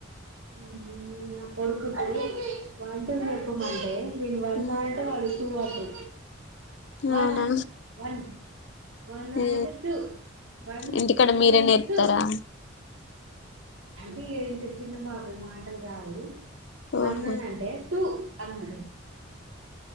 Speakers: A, on the right; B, on the left.
A: హ్మ్. నా కొడుకుతులి వంట కుమండడి ఇరు వన్నయిట
B: ఉ
A: వాడు చేయాలి వన
B: అవునా
A: వన్ వందంట
B: ఏ
A: టటు వన్
B: ఇంటికాడ
A: వందంట
B: మీరే నేర్పుతారా
A: టు అంటే ఇంకా చిన్న బాబు మాటలు రావు వన్
B: ఓహో
A: అని అంటే టూ అందు